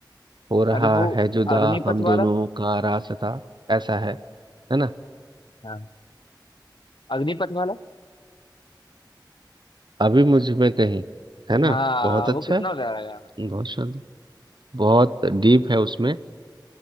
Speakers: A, on the right (about 70°); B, on the left (about 80°).
A: हो रहा
B: अरे वो
A: है जुदा
B: अग्निपथ
A: हम दोनों
B: वाला
A: का रास्ता ऐसा है है ना
B: हाँ अग्निपथ वाला
A: अभी मुझ में कहीं है ना
B: हाँ
A: बहुत अच्छा
B: वो कितना
A: है
B: प्यारा गाना है
A: बहुत शानदार बहुत डीप है उसमें